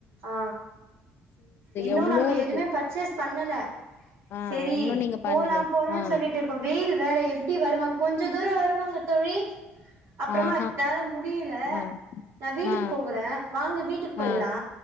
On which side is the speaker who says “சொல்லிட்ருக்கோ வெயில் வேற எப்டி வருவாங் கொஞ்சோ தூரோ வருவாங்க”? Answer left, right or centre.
Right